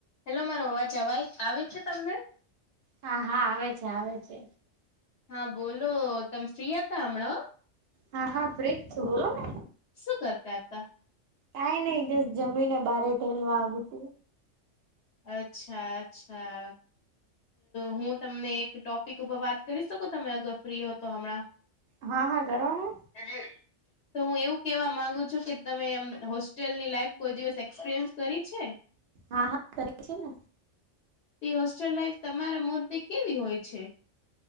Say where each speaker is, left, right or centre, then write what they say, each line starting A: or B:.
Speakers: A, on the left; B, on the right.
A: Hello મારો અવાજ આવય આવે છે તમને
B: હા હા આવે છે આવે છે.
A: હા બોલો તમે ફ્રી હતા હમણાં
B: હા હા ફ્રી જ છું બોલો ને
A: શું કરતા હતા
B: કાઈ નઈ જ જમીનને બારે ટેલવા આવી તી
A: અચ્છા અચ્છા હું તમને એક ટોપિક ઉપર વાત કરી શકો તમે અગર ફ્રી હો તો હમણાં
B: હા હા કરો ને
A: <inaudible> તો હું એવું કેવા માંગુ છું કે તમે એમ હોસ્ટેલની લાઈફ કોઈ દિવસ એક્સપિરિયન્સ કરી છે.
B: હા હા કરી છે ને
A: તે હોસ્ટેલ લાઈફ તમારા મૂર્તે કેવી હોય છે